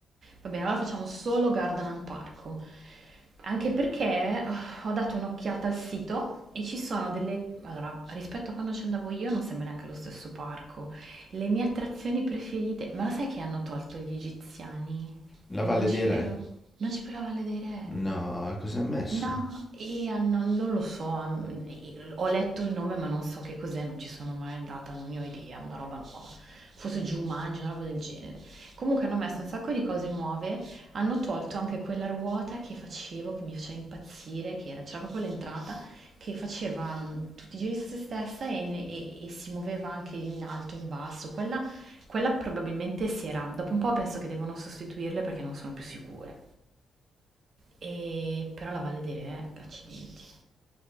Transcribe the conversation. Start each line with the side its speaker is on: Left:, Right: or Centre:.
Right: Va bene, allora facciamo solo Gardaland Parco. Anche perché oh, ho dato un'occhiata al sito e ci sono delle... Allora, rispetto a quando ci andavo io non sembra neanche lo stesso parco. Le mie attrazioni preferite... Ma lo sai che hanno tolto gli egiziani?
Left: La
Right: Non
Left: Valle
Right: c'è
Left: dei
Right: più.
Left: Re.
Right: Non c'è più la Valle dei Re.
Left: No, e cosa ha messo?
Right: No, e hanno- non non lo so, am- e- ho letto il nome ma non so che cos'è, non ci sono mai andata, non ne ho idea, una roba nuova. Forse Jumanji, una roba del genere. Comunque hanno messo un sacco di cose nuove, hanno tolto anche quella ruota che facevo, che mi faceva impazzire, che era- c'era proprio l'entrata, che faceva mm, tutti i giri su se stessa e, ne- e- e si muoveva anche in alto, in basso. Quella, quella probabilmente si era, dopo un po' penso che devono sostituirle perché non sono più sicure. E- Però la Valle dei Re, accidenti.